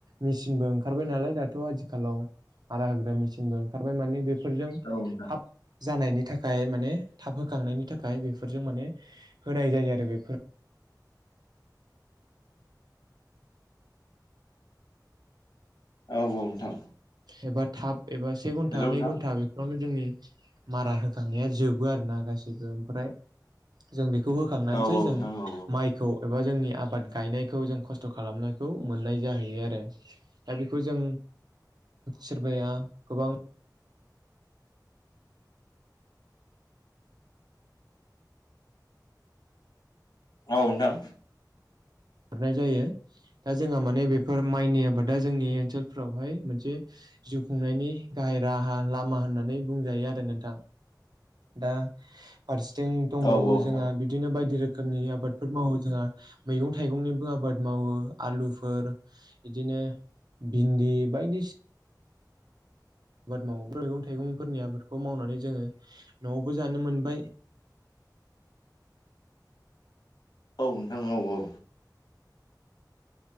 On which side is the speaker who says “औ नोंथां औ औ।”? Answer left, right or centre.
Left